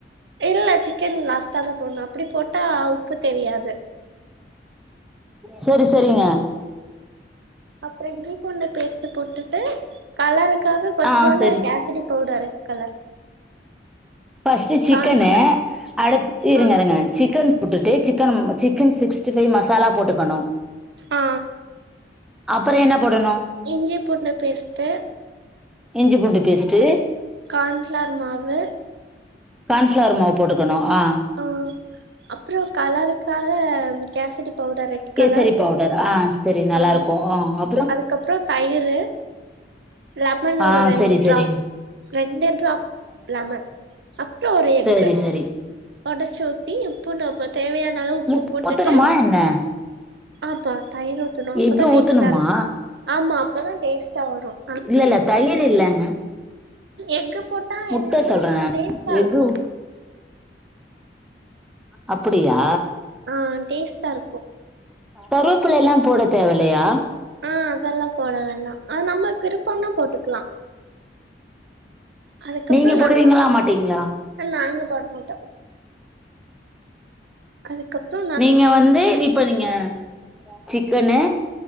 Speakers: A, on the right; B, in the centre.
A: இல்ல சிக்கன் லாஸ்ட் டா தா போட்ணு அப்டி போட்டா உப்பு தெரியாது
B: சேரி சரிங்க
A: அப்றோ இஞ்சி பூண்டு பேஸ்ட்டு போட்டுட்டு கலருக்காக கொஞ்சோன்டு
B: ஆ சரி
A: கேசரி powder red colour
B: first chicken
A: cornflour
B: அடுத் இருங்க
A: ஆ
B: இருங்க சிக்கன் உட்டுட்டு சிக்கனம் சிக்கன் சிக்ஸ்டி ஃபைவ் மசாலா போட்டுக்கணு
A: ஆ
B: அப்பறம் என்னா போடணு
A: இஞ்சி பூண்டு பேஸ்ட்டு
B: இஞ்சி பூண்டு பேஸ்ட்டு
A: கார்ன்ஃப்ளார் மாவு
B: கான்ஃப்ளார் மாவு போட்டுக்கணு ஆ
A: அ அப்றோ கலருக்காக கேசரி பவுடர் ரெட்
B: கேசரி
A: கலர்
B: பவுடர் ஆ சரி நல்லா
A: அ
B: இருக்கு ஆ அப்புறோ
A: அதுக்கப்பறோ தையிரு லெமன் ஒரு
B: ஆ
A: ரெண்டு
B: சரி சரி
A: டிராப் ரெண்டு டிராப் லெமன் அப்றோ ஒரு எக்கு
B: சரி சரி
A: உடைச்சி ஊத்தி உப்பு டப்பா தேவையான அளவு உப்பு
B: முட்ட
A: போட்டுட்டு
B: ஊத்தணுமா என்ன
A: ஆப்பா தயிர் ஊத்துணும் அப்பதா
B: எக்கு
A: டேஸ்ட்டா
B: ஊத்தணுமா
A: இருக்கு ஆமா அப்பதா டேஸ்ட்டா வரும்
B: இல்ல இல்ல தயிரு இல்லங்க
A: எக்கு போட்டா
B: முட்டை
A: என்னன்னா
B: சொல்றே நானு
A: டேஸ்ட்டா இருக்கு
B: எக்கு ஊ அப்புடியா
A: ஆ டேஸ்ட்டா இருக்கு
B: கருவுப்பில எல்லா போட தேவல்லயா
A: அ அதெல்லா போட வேண்டா அ நம்ம விருப்பன்னா போட்டுக்கலா அதுக்கப்றோ
B: நீங்க போடுவீங்களா
A: நல்லா
B: மாட்டீங்ளா
A: நாங்க போட மாட்டோ கதுக்கப்றோ
B: நீங்க வந்து இப்ப நீங்க சிக்கனு